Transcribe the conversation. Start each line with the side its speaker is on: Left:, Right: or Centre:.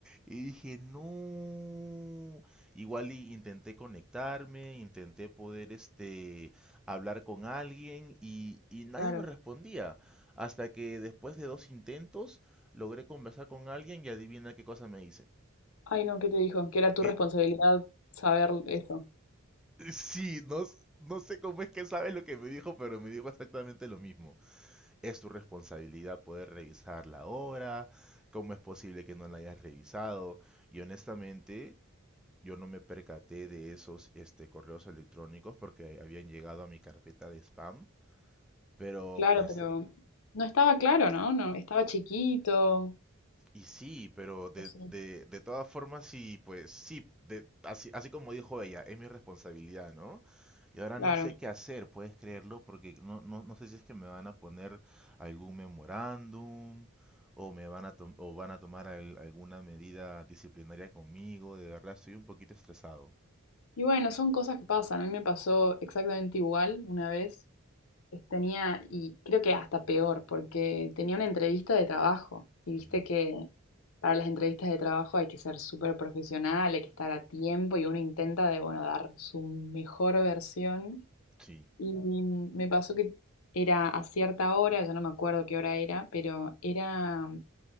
Centre: Y dije, no. Igual y intenté conectarme, intenté poder este, hablar con alguien y, y nadie
Left: Claro.
Centre: me respondía. Hasta que después de dos intentos logré conversar con alguien y adivina qué cosa me dice.
Left: Ay, no, ¿qué te dijo? Que era tu
Centre: Que
Left: responsabilidad saber eso.
Centre: sí, no, no sé cómo es que sabes lo que me dijo, pero me dijo exactamente lo mismo. es tu responsabilidad poder revisar la obra, cómo es posible que no la hayas revisado. Y honestamente, yo no me percaté de esos este, correos electrónicos porque habían llegado a mi carpeta de spam. Pero
Left: Claro,
Centre: pues,
Left: pero no estaba claro, ¿no? No, estaba chiquito.
Centre: y sí, pero de,
Left: Pues sí,
Centre: de, de todas formas, sí, pues sí, de, así, así como dijo ella, es mi responsabilidad, ¿no? Y ahora
Left: Claro.
Centre: no sé qué hacer, puedes creerlo, porque no, no, no sé si es que me van a poner algún memorándum o me van a tom- o van a tomar al- alguna medida disciplinaria conmigo. De verdad, estoy un poquito estresado.
Left: Y bueno, son cosas que pasan. A mí me pasó exactamente igual una vez. Es- Tenía, y creo que hasta peor, porque tenía una entrevista de trabajo. Y viste
Centre: Ujú,
Left: que para las entrevistas de trabajo hay que ser súper profesional, hay que estar a tiempo y uno intenta de, bueno, dar su mejor versión.
Centre: Sí.
Left: Y me pasó que era a cierta hora, ya no me acuerdo qué hora era, pero era